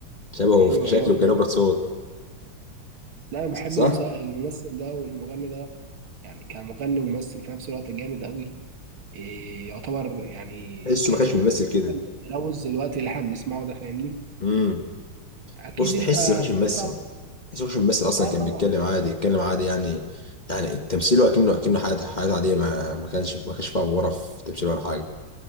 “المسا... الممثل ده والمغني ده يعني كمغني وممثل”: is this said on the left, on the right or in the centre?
Right